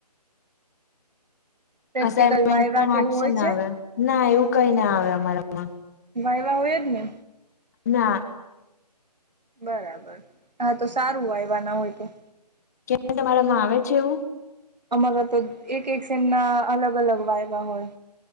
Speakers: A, on the right; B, on the left.
A: પ્રેક્ટિકલ
B: અસાઈન્મેન્ટ
A: વાયવા
B: પણ
A: કેવું
B: આપશે
A: હોય
B: ને
A: છે
B: હવે? ના એવું કઈ ના આવે અમારામાં.
A: વાઈવા હોય જ ને.
B: ના.
A: બરાબર. હા તો સારું વાઈવા ના હોય તો.
B: <unintelligible> તમારામાં આવે છે એવું?
A: અમારા તો એક-એક સેમ ના અલગ-અલગ વાયવા હોય.